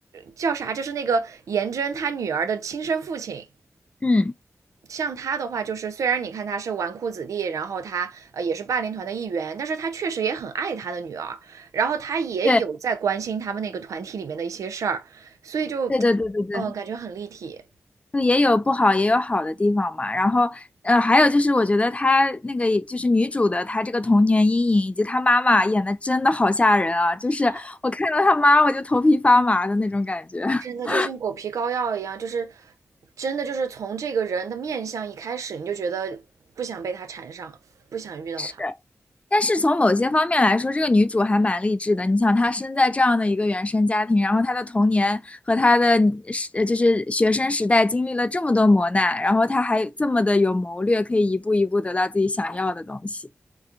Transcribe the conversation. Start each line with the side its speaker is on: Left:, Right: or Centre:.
Right: 叫啥，就是那个颜真他女儿的亲生父亲，
Left: 嗯，
Right: 像他的话，就是虽然你看他是纨绔子弟，然后他呃也是霸凌团的一员，但是他确实也很爱他的女儿，然后他也有在关心他们那个团体里面的一些事儿，
Left: 对
Right: 所以就
Left: 对对对对对。
Right: 嗯感觉很立体
Left: 就也有不好，也有好的地方嘛。然后，呃，还有就是，我觉得她那个就是女主的，她这个童年阴影以及她妈妈演的真的好吓人啊！就是我看到她妈，
Right: 啊，
Left: 我就头皮发麻的那种感觉。
Right: 真的就像狗皮膏药一样，
Left: <laughs>
Right: 就是真的就是从这个人的面相一开始，你就觉得不想被他缠上，不想遇到他。
Left: 是，但是从某些方面来说，这个女主还蛮励志的。你想，她生在这样的一个原生家庭，然后她的童年和她的呃就是学生时代经历了这么多磨难，然后她还这么的有谋略，可以一步一步得到自己想要的东西。